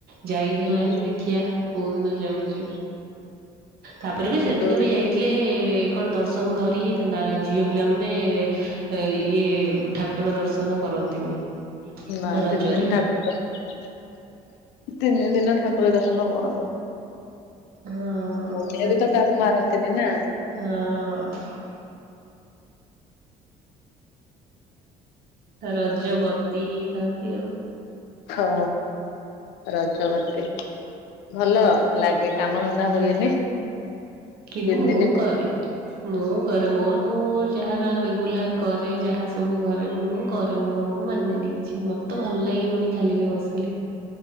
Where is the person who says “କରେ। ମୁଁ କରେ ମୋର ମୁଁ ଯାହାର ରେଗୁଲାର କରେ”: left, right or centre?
Right